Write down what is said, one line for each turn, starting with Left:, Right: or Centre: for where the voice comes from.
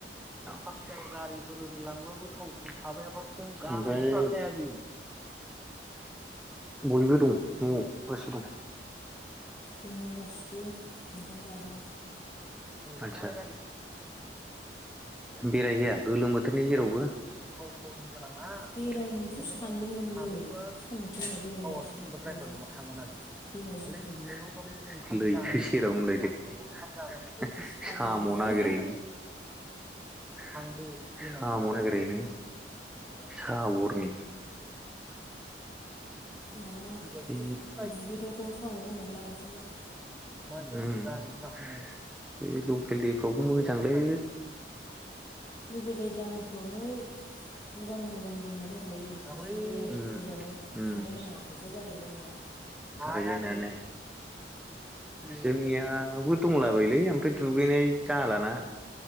Centre: फार्स् टाइम गारिफोर ओरि लांबाबो थाव थाव थाबाया फार गाया बियो। बयबो दं न'आव गासिबो दं।
Left: दङ गासिबो ओंखाम जादों
Centre: आतसा बेरायहैया गोलोम बोथोरनि जेरावबो। फावखावनि गोनाङा आरो
Left: बेरायनोथ'
Centre: बिसोरनो
Left: सानदोंमोनलै
Centre: सानैबो
Left: <unintelligible>
Centre: औ जेनबा
Left: अबावबा
Centre: द्रायभारजोंबा थांगोन आरो
Left: दैमा जिंफ्राव
Centre: खालि बेनोल' खालै। लैथो सेराव होनलायदो
Left: सागोर
Centre: साम'
Left: गुदियाव
Centre: नागिरैनो। साम नागिरहैनो। सागरनि
Left: माबा
Centre: बे
Left: दुगैथावथाव साम' खननानै लाबोनोसैब्रा
Centre: उम बे लकेल दैफ्रावबो मोजांलै
Left: लगेल गामिफ्रावनो मोजां मोन। मोजां दैमा दंखायो दुगैबालाय
Centre: थाबायलायनानै
Left: गोजानाव थांलायनाङा फैसा गारलायनाङा।
Centre: हायो होननानै जोंनाबो दंलाबायलै ओमफ्राय दुगैनाय जालाना।